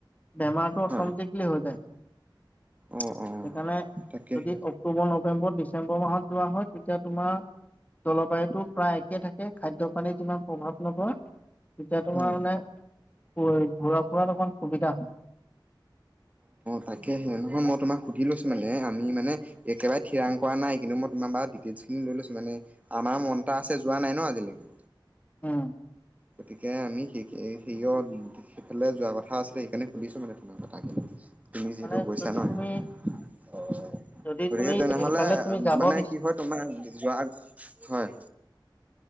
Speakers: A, on the left; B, on the right.
A: বেমাৰটো অট'মেটিকেলি
B: হয়
A: হৈ যায়।
B: অ
A: সেইকাৰণে
B: অ তাকেহে
A: যদি অক্টোবৰ নৱে নৱেম্বৰ, ডিচেম্বৰ মাহত যোৱা হয় তেতিয়া তোমাৰ জলবায়ুতটো প্ৰায় ঠিকে থাকে খাদ্য পানীত ইমান প্ৰভাৱ নপৰে। তেতিয়া তোমাৰ
B: হয়
A: মানে ঘূৰা ফুৰাত অকণ সুবিধা হয়।
B: তাকে সেই নহয় মই তোমাক সুধি লৈছো মানে আমি মানে একেবাৰে থিৰাং কৰা নাই কিন্তু মই তোমাৰ ডিটেইলছ খিনি লৈ লৈছো মানে আমাৰ মন এটা আছে যোৱা নাই ন আজিলৈকে।
A: উম।
B: গতিকে আমি স সেয় সেইফালে যোৱা কথা আছিলে সেইকাৰণে সুধিছো মানে তোমাৰ কথাখিনি। তুমি যিহেতু
A: মানে
B: গৈছা
A: যদি
B: ন
A: তুমি
B: সেইে
A: যদি
B: গতিকে
A: তুমি
B: তেনেহলে
A: সিফালে তুমি যাব
B: মানে
A: বিচ
B: কি হয় তোমাৰ যোৱা হয়।